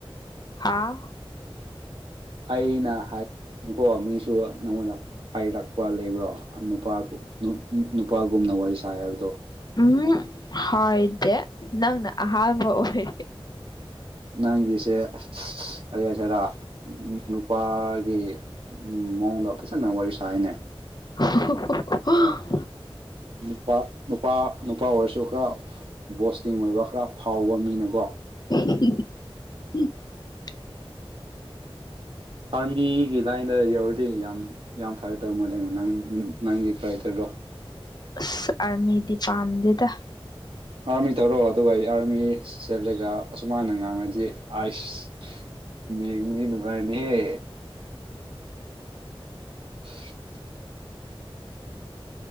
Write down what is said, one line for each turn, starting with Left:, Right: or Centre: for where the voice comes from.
Left: ꯍꯥꯥ
Right: ꯑꯩꯅ ꯍꯥꯏꯀꯣ ꯃꯤꯁꯨ ꯅꯪꯉꯣꯟꯗ ꯍꯥꯏꯔꯛꯄ ꯂꯩꯕ꯭ꯔꯣ ꯅꯨꯄꯥ ꯅꯨ ꯅꯨꯄꯥꯒꯨꯝꯅ ꯋꯥꯔꯤ ꯁꯥꯏ ꯍꯥꯏꯕꯗꯣ
Left: ꯎꯝ ꯍꯥꯏꯗꯦ ꯅꯪꯅ ꯑꯍꯥꯟꯕ ꯑꯣꯏ
Right: ꯅꯪꯒꯤꯁꯦ ꯀꯔꯤꯍꯁꯤꯔꯥ ꯅꯨꯄꯥꯒꯤ ꯃꯑꯣꯡꯗ ꯐꯖꯅ ꯋꯥꯔꯤ ꯁꯥꯏꯅꯦ
Left: <unintelligible>
Right: ꯅꯨꯄꯥ ꯅꯨꯄꯥ ꯅꯨꯄꯥ ꯑꯣꯏꯔꯁꯨ ꯈꯔ ꯕꯣꯁꯇꯤꯡ ꯑꯣꯏꯕ ꯈꯔ ꯐꯥꯎꯕ ꯃꯤꯅꯀꯣ
Left: <unintelligible>
Right: ꯑꯥꯔꯃꯤꯒꯤ ꯂꯥꯏꯟꯗ ꯌꯧꯔꯗꯤ ꯌꯥꯝ ꯌꯥꯝ ꯐꯔꯇꯧ ꯃꯥꯜꯂꯦꯅꯦ ꯅꯪ ꯅꯪꯒꯤ ꯀ꯭ꯂꯥꯏꯇꯔꯗꯣ
Left: ꯑꯁ ꯑꯥꯔꯃꯤꯗꯤ ꯄꯥꯝꯗꯦꯗ
Right: ꯑꯥꯔꯃꯤ ꯇꯧꯔꯣ ꯑꯗꯨꯒ ꯏꯌꯥꯔꯃꯤꯁ ꯆꯠꯂꯒ ꯑꯁꯨꯃꯥꯏꯅ ꯉꯥꯡꯔꯗꯤ ꯑꯥꯏꯁ ꯃꯤꯡꯗꯤ ꯅꯨꯡꯉꯥꯏꯔꯅꯤꯍꯦ <unintelligible>